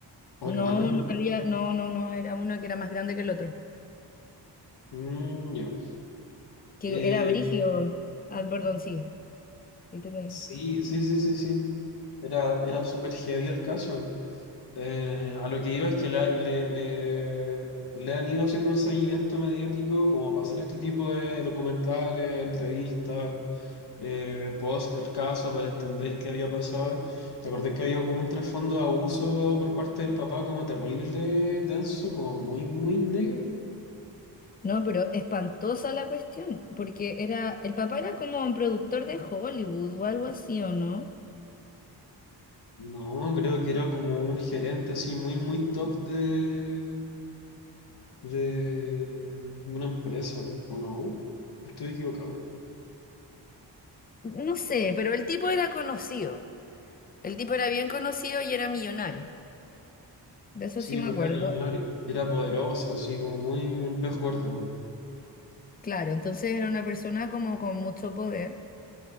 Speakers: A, on the left; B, on the left.
A: O
B: No,
A: hermanos, ¿no?
B: no había, no, no, no, era uno que era más grande que el otro,
A: Mm, ya.
B: que
A: Eh,
B: era Brigio. Ah, perdón, sigue, y te lo digo.
A: sí, sí, sí, sí, sí. Era, era súper heavy el caso. Eh, a lo que iba es que la- y le, le, le han ido haciendo un seguimiento mediático como para hacer este tipo de documentales, entrevistas. eh, post el caso para entender qué había pasado. Te acordé que había como un trasfondo de abuso por parte del papá, como terrible, denso, como muy, muy negro.
B: No, pero espantosa la cuestión, porque era, el papá era como un productor de Hollywood o algo así, ¿o no?
A: No, creo que era como un gerente así, muy, muy top de, de una empresa, ¿o no? Estoy equivocado.
B: No sé, pero el tipo era conocido. El tipo era bien conocido y era millonario. De eso
A: Sí,
B: sí me
A: pues
B: acuerdo.
A: era millonario, era poderoso, así como muy un pez gordo.
B: Claro, entonces era una persona como con mucho poder